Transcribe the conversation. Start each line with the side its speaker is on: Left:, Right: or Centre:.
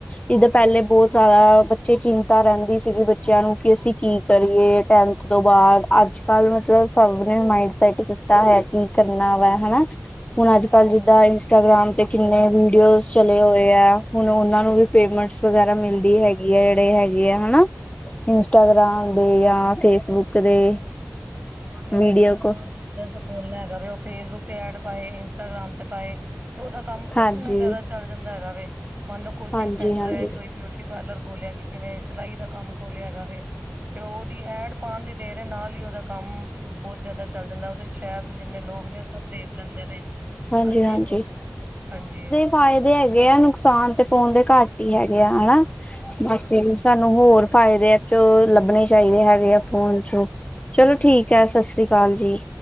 Left: ਜਿੱਦਾਂ ਪਹਿਲੇ ਬਹੁਤ ਜਿਆਦਾ ਬੱਚੇ ਚਿੰਤਾ ਰਹਿੰਦੀ ਸੀਗੀ ਬੱਚਿਆਂ ਨੂੰ ਕਿ ਅਸੀਂ ਕੀ ਕਰੀਏ ਟੈਨਥ ਤੋਂ ਬਾਅਦ ਅੱਜ-ਕੱਲ ਵਿੱਚ ਮਾਇਡ ਸੈਟ ਕੀਤਾ ਹੈ ਕੀ ਕਰਨਾ ਵਾ ਹਨਾ ਹੁਣ ਅੱਜ -ਕੱਲ ਜਿੱਦਾਂ ਇੰਸਟਾਗ੍ਰਾਮ ਤੇ ਕਿੰਨੇ ਵੀਡੀਓਜ਼ ਚਲੇ ਹੋਏ ਹੈ ਹੁਣ ਉਹਨਾਂ ਨੂੰ ਵੀ ਪੇਮੈਂਟਸ ਵਗੈਰਾ ਮਿਲਦੀ ਹੈਗੀ ਆ ਜਿਹੜੇ ਹੈਗੇ ਆ ਹਨਾ ਇੰਸਟਾਗ੍ਰਾਮ ਦੇ ਜਾਂ ਫੇਸਬੁੱਕ ਦੇ।
Right: ਹਾਂਜੀ, ਮੰਨ ਲਓ, ਕਿਸੀ
Left: ਵੀਡੀਓ
Right: ਕੋਈ ਨਵਾਂ
Left: ਕੋ
Right: ਬੀ ਜਨਸ ਖੋਲਾ ਹੈਗਾ ਵੇ ਉ ਫੇਸਬੁੱਕ ਤੇ ਐਡ ਪਾਏ, ਇੰਸਟਾਗ੍ਰਾਮ ਤੇ ਪਾਏ। ਤੇ ਉਦਾ ਕੰਮ ਪਤਾ
Left: ਹਾਂਜੀ
Right: ਕਿੰਨਾ ਜਿਆਦਾ ਚੱਲ ਜਾਂਦਾ ਹੈਗਾ ਵੇ। ਮੰਨ ਲੋ, ਕੋਚਿੰਗ
Left: ਹਾਂਜੀ
Right: ਸੈਂਟਰ
Left: ਹਾਂਜੀ
Right: ਹੈ, ਕੋਈ ਬਿਊਟੀ ਪਾਰਲਰ ਖੋਲਿਆ ਕਿਸ ਨੇ ਸਿਲਾਈ ਦਾ ਕੰਮ ਖੋਲਿਆ ਹੈਗਾ ਵੇ ਤੇ ਉਹਦੀ ਐਡ ਪਾਉਣ ਦੀ ਦੇਰ ਐ ਨਾਲ ਕਦਾ ਕੰਮ ਬਹੁਤ ਜਿਆਦਾ ਚੱਲ ਜਾਂਦਾ, ਉਹਦੇ ਸ਼ਹਿਰ ਦੇ ਜਿੰਨੇ ਲੋਕ ਨੇ ਉਹ ਸਭ ਦੇਖ ਲੈਂਦੇ ਨੇ।
Left: ਹਾਂਜੀ-ਹਾਂਜੀ।
Right: ਹਾਂਜੀ ਹਾਂਜੀ।
Left: ਫ਼ਾਇਦੇ ਹੈਗੇ ਆ, ਨੁਕਸਾਨ ਤੇ ਫੋਨ ਦੇ ਘੱਟ ਹੀ ਹੈਗੇ ਆ ਹਨਾ। ਬਾਕੀ ਸਾਨੂੰ ਹੋਰ ਫਾਇਦੇ ਏਸ ਚੋ
Right: ਹਾਂਜੀ
Left: ਲੱਭਣੇ ਚਾਹੀਦੇ ਹੈਗੇ ਆ ਫੋਨ ਚੋ। ਚਲੋ ਠੀਕ ਹੈ, ਸਤਿ ਸ੍ਰੀ ਅਕਾਲ ਜੀ।